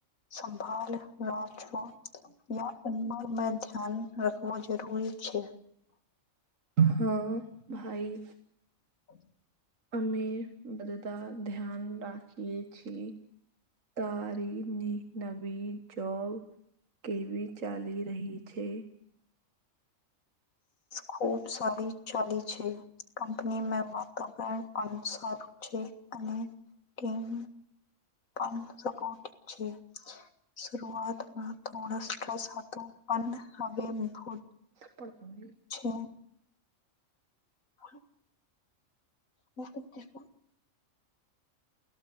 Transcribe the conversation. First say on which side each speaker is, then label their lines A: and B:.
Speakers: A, on the left (about 85°); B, on the right (about 70°).
A: સંભળ ના <unintelligible> યા ઉમર મે ધ્યાન રાખવો જરૂરી છે.
B: હા ભાઈ
A: <inaudible>
B: અમે બધા ધ્યાન રાખીએ છીએ. તારી ની નવી જોબ કેવી ચાલી રહી છે.
A: ખુબ સારી ચાલી છે કંપની મે મે દબણ પણ સારું છે અને ટીમ પણ સપોટ છે. શરૂઆતમાં થોડ સ્ટ્રેસ હતો પણ હવે હું
B: પડ તોઈ
A: અચ્છા. <inaudible> <inaudible>